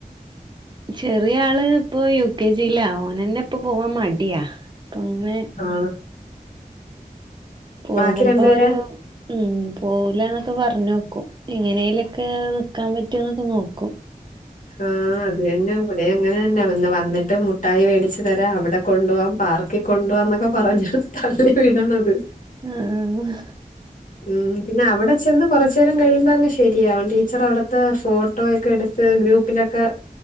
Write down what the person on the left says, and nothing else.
ആഹ്
ബാക്കി രണ്ടുപേരെ
ആഹ് അത് അന്നെ ഇവടെ അങ്ങനെന്ന വന്നിട്ട് മുട്ടായി വെടിച്ച്തരാ അവടെ കൊണ്ടോവാം പാർക്കികൊണ്ടവാന്നൊക്കെ പറഞ്ഞ തള്ളി വിടണത്.
<inaudible> ഉം പിന്നെ അവിടെ ചെന്ന് കോറച്ചേരം കഴിയുമ്പങ്ങ് ശരിയാവും ടീച്ചർ അവട്ത്തെ ഫോട്ടോയൊക്കെ എടു ത്ത് ഗ്രൂപ്പിലൊക്കെ